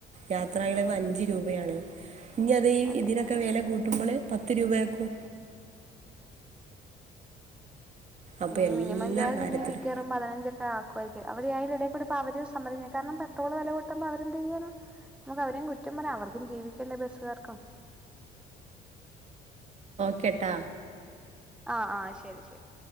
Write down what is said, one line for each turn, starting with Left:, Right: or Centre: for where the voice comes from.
Right: യാത്രകള അഞ്ച് രൂപയാണ് ഇനി അത് ഈ
Centre: അതെ
Right: ഇതിനൊക്കെ വില കൂട്ട ള പ രൂപയാക്കും അപ്പോൾ
Centre: ഇനി
Right: എല്ലാ
Centre: മിനിമം ചാർ
Right: കാര്യത്തിലും
Centre: ഇനി മിക്കവാറും പതിനഞ്ചൊക്കെ ആക്കുമായിരിക്കട്ടും അവര് അതി ഇടക്കൂടുപ്പ അവര് സംമ്മര കാരണം പെട്രോള് വില കൂട്ടുമ്പോൊ അവരെന്ത്തു ചെയ്യാന നമുക്ക് അവരെയും കുറ്റം പറ അവർക്കും ജീവിക്കേണ്ടേ ബസ്സുകാർക്കും
Right: ക്കെട്ട
Centre: ആഹ ആഹ ശരി ശരി